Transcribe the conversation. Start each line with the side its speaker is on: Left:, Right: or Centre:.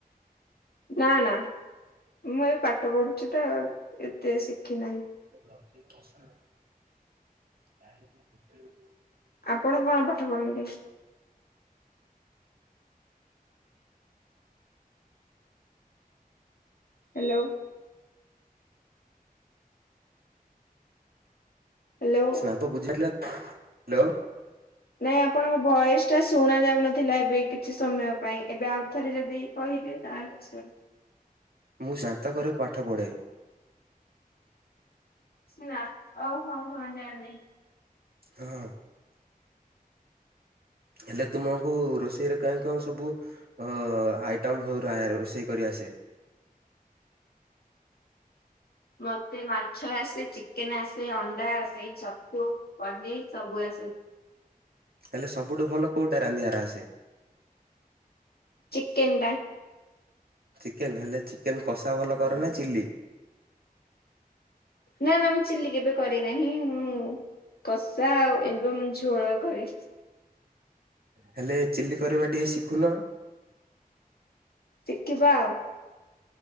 Left: ନା ନା ମୁଁ ଏବେ ପାଠ ପଢୁଚି ତ ଏତେ ଶିଖି ନାହିଁ।
Right: <inaudible>
Left: ଆପଣ କଣ ପାଠ ପଢନ୍ତି? ହ୍ୟାଲୋ। ହ୍ୟାଲୋ।
Right: <unintelligible> ହ୍ୟାଲୋ
Left: ନାଇଁ ଆପଣଙ୍କ ଭଏସଟା ଶୁଣା ଯାଉନଥିଲା ଏବେ କିଛି ସମୟ ପାଇଁ ଏବେ ଆଉଥରେ ଯଦି କହିବେ ତାହେଲେ
Right: ମୁଁ ସାନ୍ତକ ପାଠ ପଢ଼େ।
Left: ନା ଓ ହଁ ହଁ ଜାଣିଲି।
Right: ହଁ। ହେଲେ ତୁମକୁ ରୋଷେଇରେ କେଉ କେଉ ସବୁ ଓ ଆଇଟମ ସବୁ ରା ରୋଷେଇ କରି ଆସେ?
Left: ମତେ ମାଛ ଆସେ ଚିକେନ ଆସେ ଅଣ୍ଡା ଆସେ ଛତୁ ପନିର ସବୁ ଆସେ।
Right: ହେଲେ ସବୁଠୁ ଭଲ କଉଟା ରାନ୍ଧିବାର ଆସେ?
Left: ଚିକେନ ଟା।
Right: ଚିକେନ ହେଲେ ଚିକେନ କଷା ଭଲ କର ନା ଚିଲି?
Left: ନା ମୁଁ ଚିଲି କେବେ କରିନାହିଁ ମୁଁ କଷା ଆଉ ଏବମ୍ ଝୋଳ କରି।
Right: ହେଲେ ଚିଲି କରିବା ଟିକେ ଶିଖୁନ?
Left: ଶିଖିବା ଆଉ।